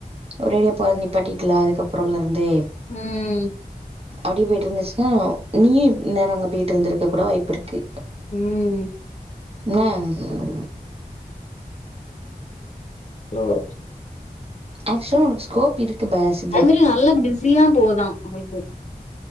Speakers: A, on the right (about 40°); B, on the left (about 50°).
A: ஒரேடியோ போறது நிப்பாட்டிக்லா அதுக்கப்றோலருந்து
B: ம்
A: அப்டியே போய்ட்டு இருந்துச்ன்னா நீயு நேரா அங்க போய்ட்டு வந்துருக்க கூட வாய்ப்பிருக்கு
B: ம்
A: என்ன
B: ஹலோ
A: ஆக்சுவலாக உனக்கு ஸ்கோப் இருக்கு பாஸ்
B: அது மாதிரி நல்லா பிஸியா போதா அவளுக்கு